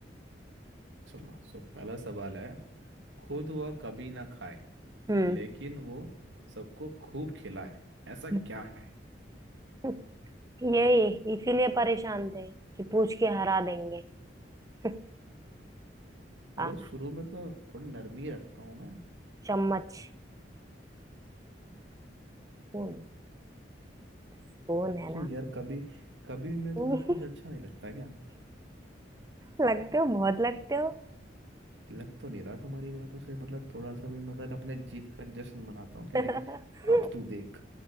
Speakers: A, on the right; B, on the right.
A: चलो सो पहला सवाल है खुद वह कभी ना खाए
B: हम्म
A: लेकिन वो सबको खूब खिलाए ऐसा
B: हम्म
A: क्या है
B: <laughs> यही इसीलिए परेशान थे कि पूछ के हरा देंगे <laughs> आ,
A: अरे शुरू में तो थोड़ी नरमी ही रखता हूँ मैं
B: चम्मच हम्म, स्पून है
A: क्यों
B: ना
A: यार कभी कभी मैं
B: <laughs>
A: तुम्हें कुछ अच्छा नहीं लगता क्या
B: लगते हो बहुत लगते हो
A: लग तो नहीं रहा तुम्हारी बातों से मतलब थोड़ा सा भी मैं अगर अपने जीत का जश्न मनाता हूँ क्या
B: <laughs>
A: लाइक अब तू देख